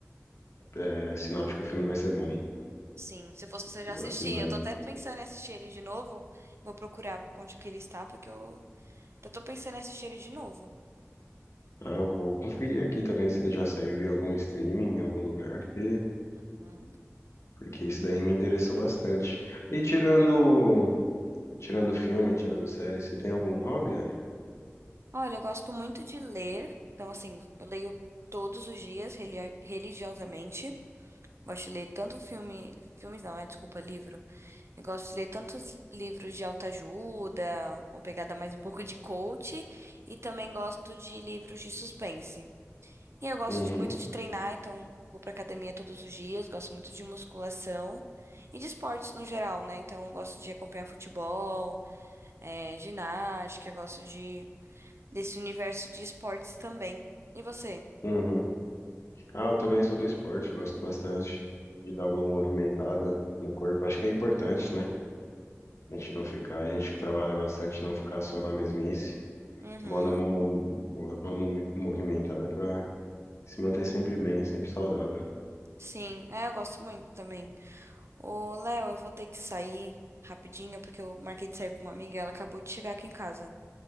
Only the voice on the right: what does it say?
Sim, se fosse você já
assistia.
Eu tô até pensando em assistir ele de novo. Vou procurar onde que ele está, porque eu até tô pensando em assistir ele de novo.
Uhum.
Olha, eu gosto muito de ler. Então, assim, eu leio todos os dias, relio- religiosamente. Gosto de ler tanto filme. Filmes não, é, desculpa, livro. Eu gosto de ler tantos livros de autoajuda, uma pegada mais um pouco de coach, e também gosto de livros de suspense. E eu gosto
de- muito de treinar, então vou pra academia todos os dias, gosto muito de musculação e de esportes no geral, né? Então eu gosto de acompanhar futebol, eh, ginástica, eu gosto de desse universo de esportes também. E você?
Uhum,
sim, é, eu gosto muito também. Ô, Léo, eu vou ter que sair rapidinho, porque eu marquei de sair com uma amiga e ela acabou de chegar aqui em casa,